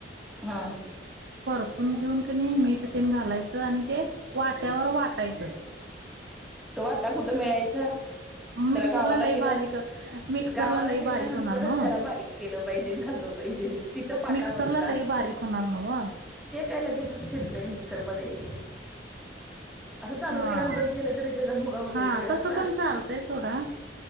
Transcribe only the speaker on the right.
परतून घेऊन क मीठ घालायचं आणि ते वाट्यावर वाटायचं
मिक्सरला
लई
बारीक मिक्सरला
लई
बारीक होणार नव्ह
मिक्सरला लई बारीक होणार नव्ह
हा
हा
तसं पण चालतंय सोडा